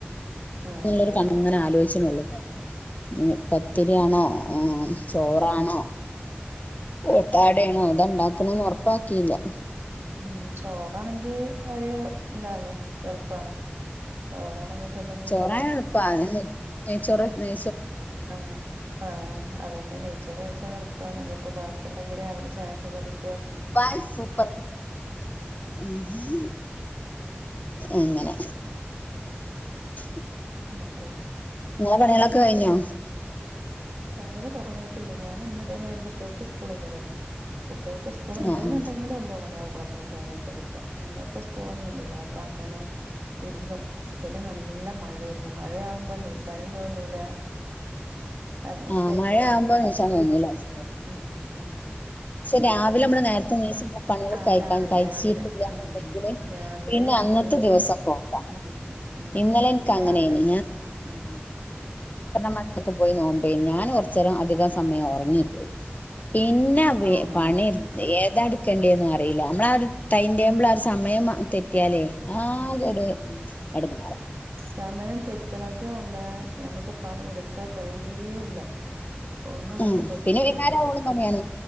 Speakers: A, on the right; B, on the left.
A: ആഹ്
B: ഉള്ളൊരു
A: അതെ
B: കൺങ്ങനെ
A: അതെ
B: ആലോചിച്ചണുള്ളൂ ഇന്ന് പത്തിരിയാണോ
A: ഉം ഉം
B: ചോറാണോ, ഓട്ടാടണോ,
A: ഉം
B: അത്ണ്ടാക്കണന്ന് ഉറപ്പാക്കിയില്ല.
A: ഉം ചോറാണെങ്കി ഒരു എന്താണ്, എളുപ്പാണ് ചോറാണെങ്കി- പിന്നെ ഇനിയിപ്പോ
B: ചോറാണ് എളുപ്പണു നെയ്ചോറ്-
A: ആഹാ.. ആഹ് അതന്നെ നെയ്ച്ചോറ് വച്ച എളുപ്പാണ് ഇനിയിപ്പ ബാക്കി ഉണ്ടെങ്കില് രാവിലെ ചായൊക്കെ കടി-
B: ആയ് സൂപ്പർ. ഉം അങ്ങനെ. ഉം. <inaudible>
A: ന്നിട്ട്.
B: നിങ്ങളെ പണികളൊക്കെ കഴിഞ്ഞോ?
A: പണികൾ തുടങ്ങിയിട്ടില്ല, ഞാൻ ഇന്നതേമാതിരി കുട്ടികൾക്ക് സ്കൂള ഇല്ലല്ലോ? കുട്ടികൾക്ക് സ്കൂള ഉണ്ടന്നുണ്ടെങ്കിൽ
B: ആ ആ
A: ഒമ്പത് മണിയാവുമ്പളേ- അ പണിയൊക്കെ ഒരുക്കും ഇപ്പ സ്കൂളൊന്നും ഇല്ലല്ലേ അപ്പോ അങ്ങനെ. ഇരുന്നു പിന്നെ നല്ല മഴായിരുന്നു. മഴയാകുമ്പോ നീക്കാനും തോന്നൂല. അങ്ങനത്തക്കരുതല്ല.
B: ആ മഴ ആവുമ്പോ നീച്ചാൻ തോന്നൂല
A: ആഹ, ആഹ,
B: പക്ഷെ
A: മഴായിരുന്നു
B: രാവിലെ നമ്മള് നേരത്തെ നീച്ച് പണികൾ
A: അതാണ്
B: കഴിക്കാൻ കഴിച്ചിട്ടില്ലാന്നുണ്ടെങ്കില്
A: രാവിലെ. ആഹാ, രാവിലെ
B: പിന്നെ
A: നമ്മള്,
B: അന്നത്തെ ദിവസം പോക്കാ
A: ഉം..
B: ഇന്നലെ എനിക്ക് അങ്ങനെനി
A: രാവിലെ, ഉം...
B: പക്കെ പോയി നോമമ്പ ഞാൻ- കുറച്ച നേരം അധികം സമയം ഉറങ്ങി. പിന്നെ
A: ആഹ്
B: പണി- ഏതാ എടുക്കണ്ടന്നും അറിയില്ല, നമ്മള ഒരു ടൈം ടേബിൾ ആഹാ സമയം തെറ്റിയാലേ- ആകെ
A: ഉം ഉം
B: ഒരൂ
A: ഉം
B: എടങ്ങേറാ.
A: സമയം തെറ്റണതും അല്ല, ഞമ്മുക്ക് പണി എടുത്താൻ കഴിയേയില്ല. ഒന്നിങ്ങ്ട്ട്
B: ഉം
A: തെറ്റിക്കഴിഞ്ഞാല്.
B: പിന്നെ വൈന്നേരം ആവോളം പണിയാണ്